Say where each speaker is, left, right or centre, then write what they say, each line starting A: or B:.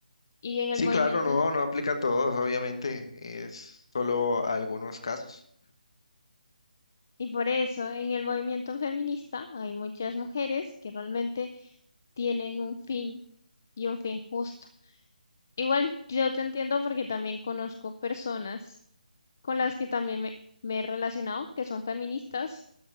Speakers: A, on the left (about 20°); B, on the left (about 35°).
A: Y en
B: Sí,
A: el movimiento...
B: claro, no, no aplica a todos, obviamente, es solo a algunos casos.
A: Y por eso en el movimiento feminista hay muchas mujeres que realmente tienen un fin y un fin justo. Igual yo te entiendo porque también conozco personas con las que también me, me he relacionado que son feministas